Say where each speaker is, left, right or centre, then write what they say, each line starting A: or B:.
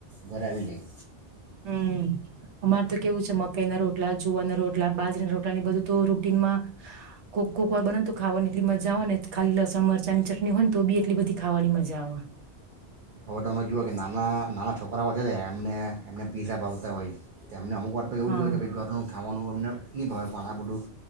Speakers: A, on the right; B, on the right.
A: ઘરે આવી જાય.
B: હમ્મ. અમાર તો કેવું છે મકાઈ ના રોટલા જુવાના રોટલા એટલા બાજર રોટલા ની બધું તો રૂટીનમાં કોક કોક વાર બનેને તો ખાવાની એટલી મજા આવે ને ખાલી લસણ મરચા ની ચટણી હોય ને તો બી એટલી બધી ખાવાની મજા આવે.
A: હવે તો તમે જુઓ કે નાના નાના છોકરાઓ છે એમને એમને પીઝા ભાવતા હોય. તેમને અમુક વા તો એવ
B: હા
A: જોએ કે ભાઈ ઘરનું ખાવાનું એમને નહીં ભાવે પણ આ બધું